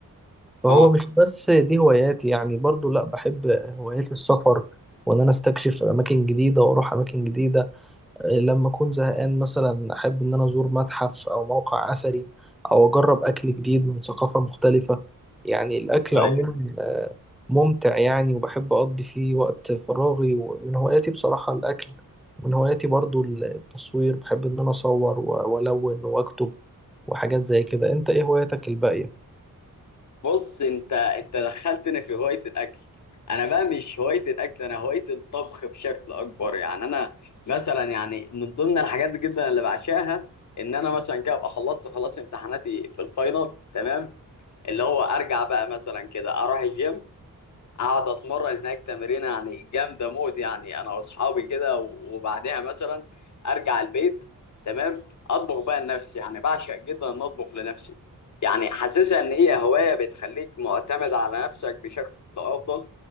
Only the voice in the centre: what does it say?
فهو
مش بس دي هواياتي يعني برضو لا بحب هوايات السفر وان انا استكشف اماكن جديده واروح اماكن جديده آه، لما اكون زهقان مثلا احب ان انا ازور متحف او موقع اثري او اجرب اكل جديد من ثقافه مختلفه يعني الاكل
عموما آه، ممتع يعني وبحب اقضي فيه وقت فراغي ومن هواياتي بصراحه الاكل من هواياتي برضو التصوير بحب ان انا اصور و- والون واكتب وحاجات زي كده انت ايه هواياتك الباقيه